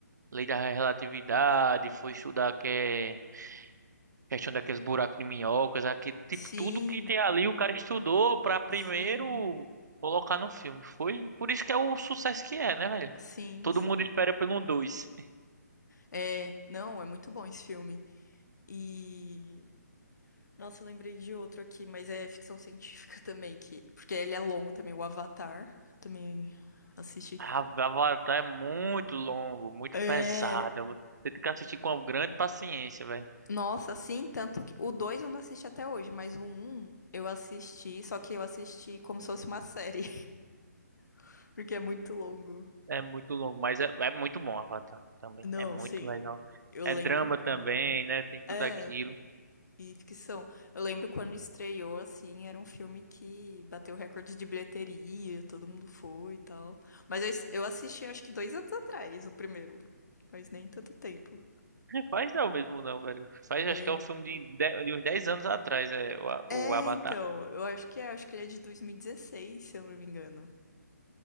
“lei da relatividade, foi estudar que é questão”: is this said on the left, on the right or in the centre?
Right